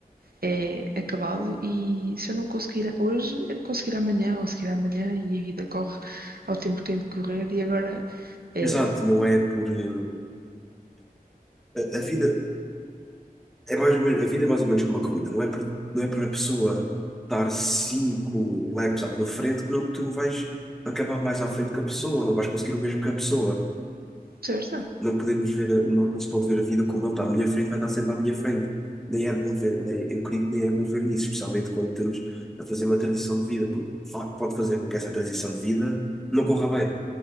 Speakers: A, on the right; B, in the centre.
A: é acabado e se eu não conseguir hoje, é de conseguir amanhã ou a seguir amanhã e a vida corre ao tempo que tem de correr e agora é
B: Exato, não é por. eh, A, a vida é mais ou menos, a vida é mais ou menos como uma corrida, não é por, não é por a pessoa estar cinco laps à tua frente que, não- que tu não vais acabar mais à frente que a pessoa, não vais conseguir o mesmo que a pessoa.
A: percebes?
B: Não podemos ver, a- não, não se pode ver a vida como ele está à minha frente, vai estar sempre à minha frente. Nem é bom ver, nem, eu acredito que nem é bom ver nisso, especialmente quando estamos a fazer uma transição de vida, porque fa- pode fazer com que essa transição de vida não corra bem,